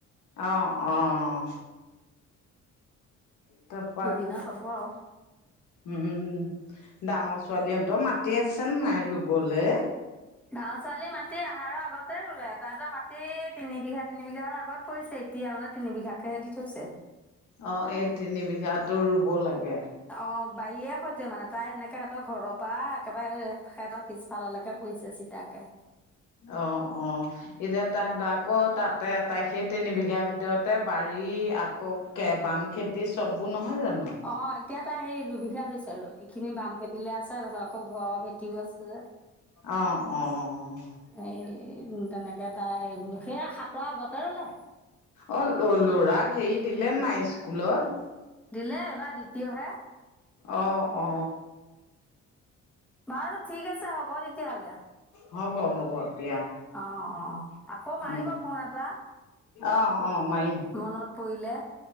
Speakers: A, on the left; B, in the centre.
A: অঁ অঁ। তপাক-
B: দুদিনত হ'ব আৰু।
A: উম ডাঙৰ ছোৱালীহঁতৰও মাতি আছে নাই ৰুবলে।
B: গাঁও ছোৱালী মাটি আহাৰৰ আগতে ৰুলে, এটা এটা মাটি তিনি বিঘা তিনি বিঘাৰ আগত- পৰিছে, এতিয়া মানে তিন বিঘাকেহে দি থৈছে।
A: অঁ এই তিনি বিঘাতো ৰুব লাগে।
B: অঁ বাৰীয়ে সৈতে মানে তাই এনেকা সেহতৰ ঘৰৰ পৰা একেবাৰে সেহতৰ- পিছফাললৈকে পৰিছে চিতাকে।
A: অঁ অঁ। এতিয়া তাহাঁতৰ আকৌ তাতে তাই সেই তিন বিঘাৰ ভিতৰতে বাৰী আকৌ বাম খেতি চববোৰ নহয় জানো।
B: অঁ এতিয়া তা সেই দুবিঘা ৰুইছে আৰু এইখিনি বাম খেতিলে আছে তাৰপিছত আকৌ ঘৰৰ ভেটিও আছে যে।
A: অঁ অঁ।
B: এই তেনেকে তাই সেইয়া সাতৰ আগতে ৰুলে।
A: অ ল'ৰাক হেৰি দিলে নাই স্কুলত।
B: দিলে এইবাৰ দ্বিতীয়হে।
A: অ অ।
B: বাৰু ঠিক আছে হ'ব তেতিয়াহ'লে।
A: হ'ব, হ'ব, দিয়া।
B: অ'! অ'! আকৌ, মাৰিব
A: উম,
B: ফোন এটা?
A: অ', অ', মাৰিম
B: মনত পৰিলে।